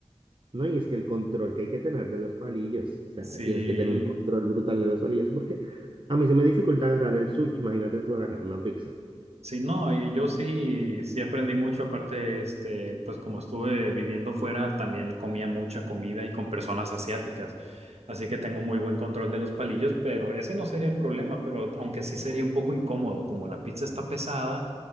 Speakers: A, on the right; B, on the right.
A: No, y es que el control que hay que tener de los palillos, o sea,
B: Sí,
A: tienes que tener un control brutal de los palillos porque a mí se me dificulta agarrar el sushi, imagínate tú agarrar una pizza.
B: sí, no, y yo sí, sí aprendí mucho. Aparte, este, pues como estuve viviendo fuera, también comía mucha comida y con personas asiáticas. Así que tengo muy buen control de los palillos, pero ese no sería el problema, pero aunque sí sería un poco incómodo, como la pizza está pesada.